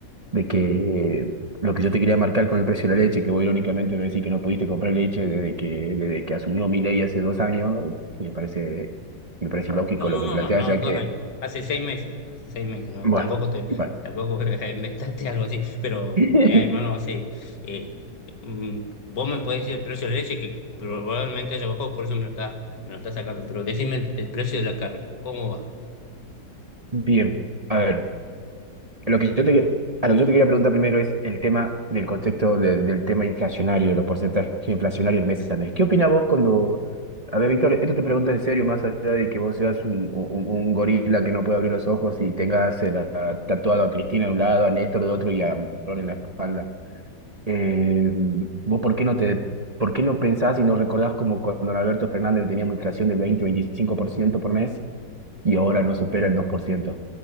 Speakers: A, on the right; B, on the left.
A: de que lo que yo te quería marcar con el precio de la leche, que vos irónicamente me decís que no pudiste comprar leche desde que, desde que asumió mi ley hace dos años, me parece, me parece ilógico
B: No, no,
A: lo que
B: no,
A: planteas,
B: no, no,
A: ya
B: dos
A: que,
B: años. Hace seis meses, hace seis meses, no,
A: bueno,
B: tampoco te,
A: bueno.
B: tampoco <laughs> inventaste algo así, pero
A: <laughs>
B: mira, hermano, hace, eh, mm, vos me podés decir el precio de la leche que probablemente haya bajado, por eso me lo estás, me lo estás sacando, pero decime el, el precio de la carne, ¿cómo va?
A: Bien, a ver. Lo que yo te, a lo que yo te quería preguntar primero es el tema del contexto de- del tema inflacionario, los porcentajes inflacionarios del mes a mes. ¿Qué opinás vos cuando... A ver, Víctor, esto te pregunto en serio, más allá de que vos seas un, un- un gorila que no puede abrir los ojos y tengas eh, la- tatuado a Cristina de un lado, a Néstor de otro y a Perón en la espalda. Eh, ¿vos por qué no te, por qué no pensás y no recordás como cuando Alberto Fernández teníamos inflación del 20-25% por ciento por mes y ahora no supera el 2%?